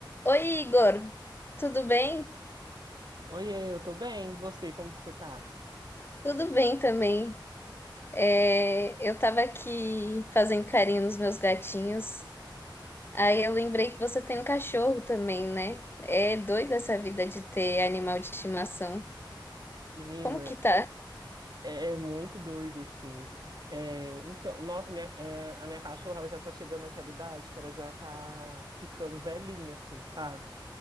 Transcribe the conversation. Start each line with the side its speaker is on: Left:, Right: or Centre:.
Left: Oi, Igor, tudo bem?
Right: Oiê, eu tô bem. E Você, como que você tá?
Left: Tudo bem também. É, eu tava aqui fazendo carinho nos meus gatinhos. Aí eu lembrei que você tem um cachorro também, né? É doida essa vida de ter animal de estimação.
Right: Menina,
Left: Como que tá?
Right: é, é é muito doido, assim. É, então, nossa, minha- é, a minha cachorra, ela já tá chegando naquela idade que ela já tá ficando velhinha, assim, sabe?